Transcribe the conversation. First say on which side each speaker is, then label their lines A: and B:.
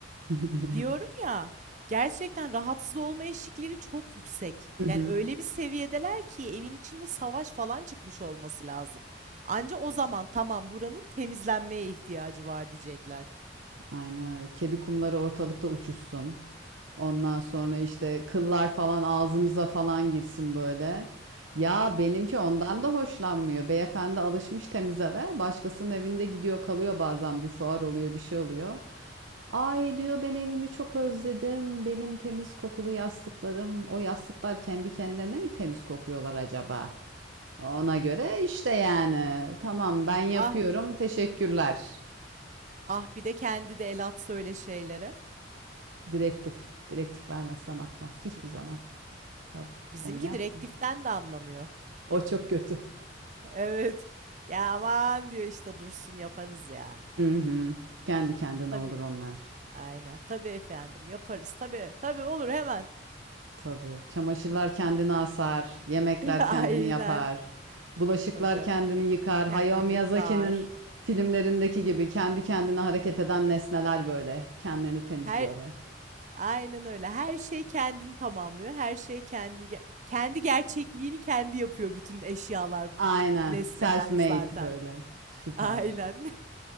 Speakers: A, on the right; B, on the right.
A: <laughs>
B: Diyorum ya, gerçekten rahatsız olma eşikleri çok yüksek.
A: Hı hı.
B: Yani öyle bir seviyedeler ki evin içinde savaş falan çıkmış olması lazım. Anca o zaman tamam buranın temizlenmeye ihtiyacı var diyecekler.
A: Aynen öyle. Kedi kumları ortalıkta uçuşsun. Ondan sonra işte kıllar falan ağzımıza falan girsin böyle. Ya benimki ondan da hoşlanmıyor. Beyefendi alışmış temiz eve. Başkasının evinde gidiyor kalıyor bazen bir fuar oluyor bir şey oluyor. Ay diyor ben evimi çok özledim. Benim temiz kokulu yastıklarım. O yastıklar kendi kendilerine mi temiz kokuyorlar acaba? Ona göre işte yani. Tamam ben yapıyorum.
B: Ah,
A: Teşekkürler.
B: ah bir de kendi de el atsa öyle şeylere.
A: Direktif. Direktif vermez, atmaz. Hiçbir
B: Direktif.
A: zaman. Tabii.
B: Bizimki
A: Onu yapma.
B: direktiften de anlamıyor.
A: O çok kötü.
B: Evet. Ya aman diyor işte dursun yaparız ya.
A: Hı hı. Kendi kendine
B: Tabii.
A: olur onlar.
B: Aynen. Tabii efendim yaparız. Tabii. Tabii olur hemen.
A: Tabii. Çamaşırlar kendini asar. Yemekler
B: <laughs> Aynen.
A: kendini yapar. Bulaşıklar
B: Tabii.
A: kendini yıkar.
B: Kendini
A: Hayao Miyazaki'nin
B: yıkar.
A: filmlerindeki gibi kendi kendine hareket eden nesneler böyle. Kendilerini temizliyorlar.
B: Her aynen öyle. Her şey kendini tamamlıyor. Her şey kendi ge- kendi gerçekliğini kendi yapıyor bütün eşyalar, bu-
A: Aynen.
B: nesneler
A: Self-made
B: zaten.
A: böyle. Süper.
B: Aynen.